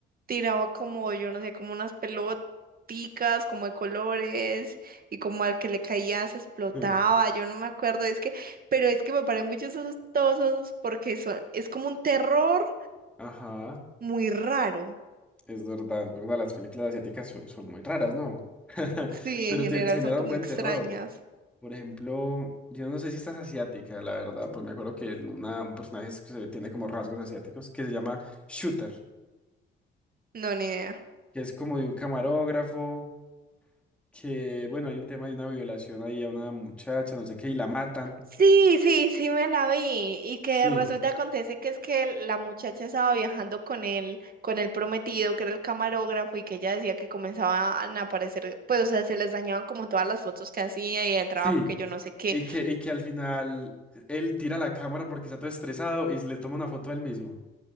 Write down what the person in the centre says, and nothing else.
<laughs>
Ajá,
es verdad, es verdad, las películas asiáticas so- son, muy raras, ¿no? <laughs>
Pero
te, te generan
buen
terror. Por ejemplo, yo no sé si estás asiática, la verdad, pues me acuerdo que el- una- un personaje es- que se tiene como rasgos asiáticos que se llama Shooter,
que es como de un camarógrafo, que bueno, hay un tema de una violación ahí a una muchacha, no sé qué, y la matan.
Sí,
sí,
y que, y que al final él tira la cámara porque está todo estresado y le toma una foto a él mismo.